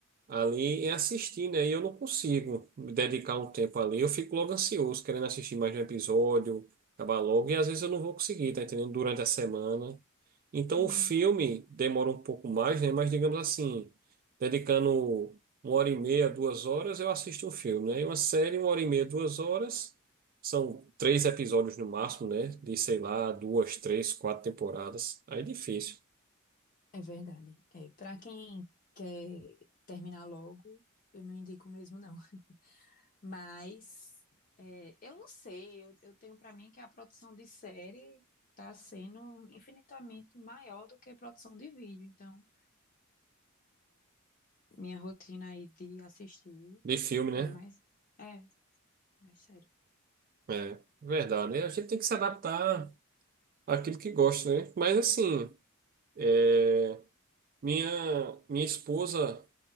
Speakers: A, on the right (about 40°); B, on the left (about 40°).
A: ali em assistir, né? E eu não consigo me dedicar um tempo ali. Eu fico logo ansioso, querendo assistir mais um episódio, acabar logo, e às vezes eu não vou conseguir, tá entendendo? Durante a semana. Então
B: Uhum.
A: o filme demora um pouco mais, né? Mas digamos assim, dedicando uma hora e meia, duas horas, eu assisto um filme, né? E uma série, uma hora e meia, duas horas. São três episódios no máximo, né? De, sei lá, duas, três, quatro temporadas. Aí é difícil.
B: É verdade. É, para quem quer terminar logo, eu não indico mesmo, não. Mas é, eu não sei, eu, eu tenho para mim que a produção de série tá sendo infinitamente maior do que a produção de vídeo. Então, minha rotina aí de assistir
A: De filme, né?
B: é mais, é, mais sério.
A: É, verdade. né? A gente tem que se adaptar Aquilo que gosta, né? Mas assim, é, minha minha esposa,